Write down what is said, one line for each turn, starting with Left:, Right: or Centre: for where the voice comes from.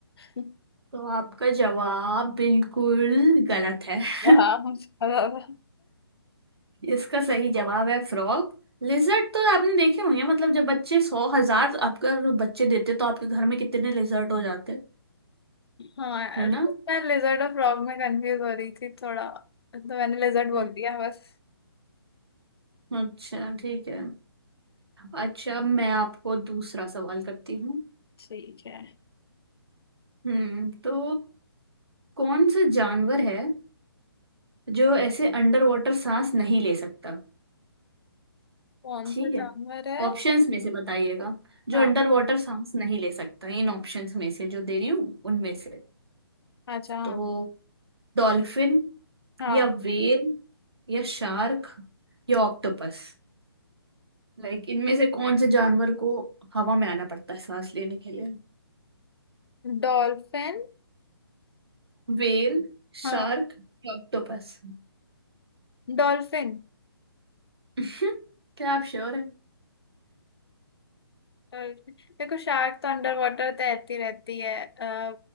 Left: <laughs>
Right: तो आपका जवाब बिल्कुल गलत है <laughs>
Left: हाँ बहुत ज्यादा।
Right: इसका सही जवाब है फ्रॉग लिजर्ट तो आपने देखे होंगे मतलब जब बच्चे सौ हजार अगर बच्चे देते तो आपके घर में कितने लिजर्ट हो जाते
Left: हाँ यार
Right: है ना
Left: मैं लेजर्ड और फ्रॉग में कंफ्यूज हो रही थी थोड़ा तो मैंने लेजर्ड बोल
Right: हम्म
Left: दिया बस
Right: अच्छा ठीक है अच्छा अब मैं आपको दूसरा सवाल करती हूँ
Left: ठीक है
Right: हम्म तो कौन सा जानवर है जो ऐसे अंडर वाटर सांस नहीं ले सकता
Left: कौन
Right: ठीक
Left: सा
Right: है
Left: जानवर है
Right: ऑप्शंस में से बताइएगा जो
Left: हाँ
Right: अंडर वाटर सांस नहीं ले सकता इन ऑप्शंस में से जो दे रही हूँ उनमें से
Left: अच्छा हाँ
Right: तो डॉल्फिन
Left: हाँ
Right: या व्हेल या शार्क या ऑक्टोपस लाइक इनमें से कौन से जानवर को हवा में आना पड़ता है सांस लेने के लिए
Left: डॉल्फिन
Right: व्हेल
Left: हाँ
Right: शार्क या ऑक्टोपस
Left: डॉल्फिन
Right: <laughs> क्या आप श्योर हैं
Left: डॉल्फिन देखो शार्क तो अंडर वाटर तैरती रहती है अ,